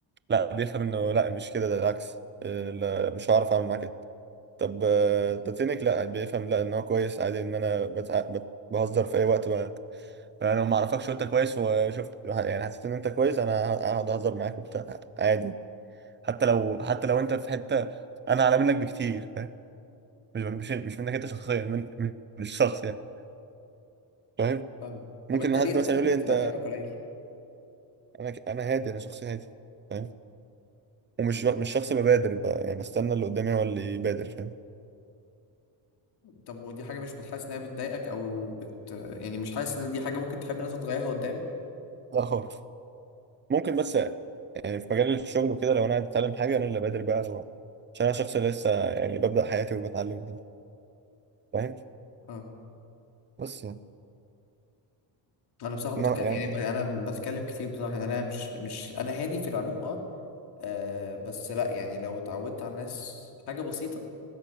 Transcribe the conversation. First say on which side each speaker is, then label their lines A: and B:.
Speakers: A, on the right (about 25°); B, on the left (about 55°).
A: لا بيفهم انه لا مش كده ده العكس آه، لا، مش هعرف اعمل معاه كده طب آه،
B: م. طب
A: تاتينك لا بيفهم لا ان هو كويس عادي ان انا بتع... بت... بهزر في اي وقت بقى انا لو ما اعرفكش وانت كويس وشفت يعني حسيت ان انت كويس انا ه- هقعد اهزر معاك وبتاع عادي حتى لو حتى لو انت في حته انا اعلى منك بكتير فاهم مش مش مش منك انت شخصيا من من من الشخص يعني فاهم
B: فاهمك
A: ممكن
B: طب انت
A: حد
B: ليه
A: مثلا
B: اصلا
A: يقول
B: بتبقى
A: لي انت
B: كلامك قليل
A: انا ك- انا هادي انا شخص هادي فاهم ومش
B: م.
A: مش شخص ببادر بقى يعني بستنى اللي قدامي هو اللي يبادر فاهم
B: طب ودي حاجة مش بتحس انها بتضايقك او بت يعني مش حاسس ان دي حاجة ممكن تحب الناس تغيرها قدام
A: لا خالص ممكن بس يعني في مجال الشغل وكده لو انا عايز اتعلم حاجه انا اللي بادر بقى هو عشان انا شخص لسه يعني ببدا حياتي وبتعلم وكده فاهم
B: فهمت
A: بس يعني
B: انا بصراحه بتكلم
A: إنما يعني
B: يعني ب- انا بتكلم كتير بصراحه يعني انا مش مش انا هادي في العموم اه آه، بس لا يعني لو اتعودت على الناس حاجه بسيطه